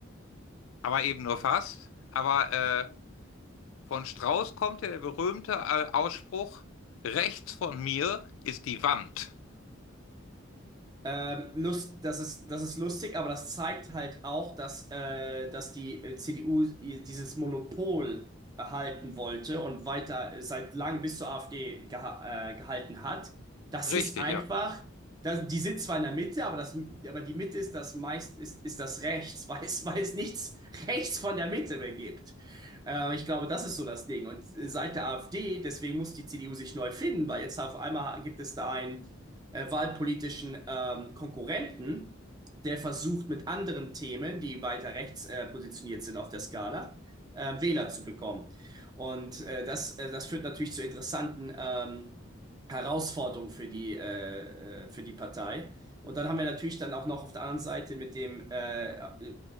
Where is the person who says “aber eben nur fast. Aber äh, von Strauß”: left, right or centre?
Left